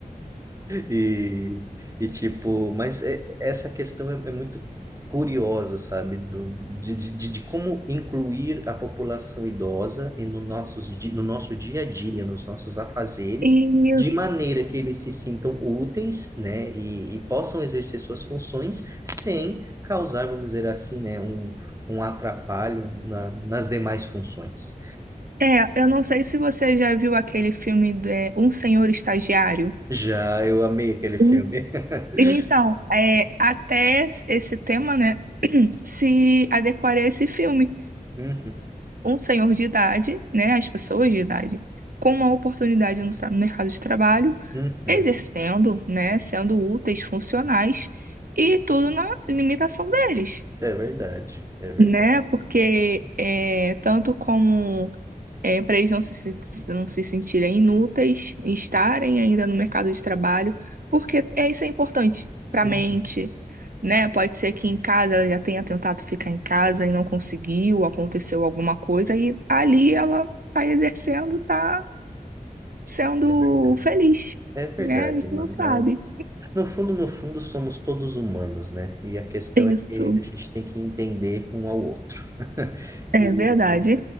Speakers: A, on the right (about 20°); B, on the right (about 70°).
A: E, e tipo, mas é- essa questão é, é muito curiosa, sabe? Do, de, de, de de como incluir a população idosa e no, nossos, di- no nosso dia a dia, nos nossos afazeres,
B: isso.
A: de maneira que eles se sintam úteis, né? E, e possam exercer suas funções sem causar, vamos dizer assim, né? Um, um atrapalho na, nas demais funções.
B: É, Eu não sei se você já viu aquele filme de Um Senhor Estagiário.
A: Já eu amei aquele filme.
B: hum,
A: <laughs>
B: então, é, Até esse tema, né? <clears throat> Se adequaria a esse filme.
A: Uhum,
B: Um senhor de idade, né? As pessoas de idade, com uma oportunidade no tra- no mercado de trabalho.
A: uhum.
B: exercendo, né, sendo úteis, funcionais, e tudo na limitação deles,
A: É verdade, é verdade.
B: né? Porque é, tanto como é, para eles não se, se- não se sentirem inúteis, estarem ainda no mercado de trabalho, porque é, isso é importante para a
A: Uhum.
B: mente, né? Pode ser que em casa já tenha tentado ficar em casa e não conseguiu, aconteceu alguma coisa, e ali ela está exercendo, está sendo
A: É ver-
B: feliz,
A: é verdade,
B: né? A gente
A: mano.
B: não sabe.
A: Ah, No fundo, no fundo, somos todos humanos, né? E a questão
B: Isso.
A: é que a gente tem que entender um ao outro. <laughs>
B: É
A: E,
B: verdade,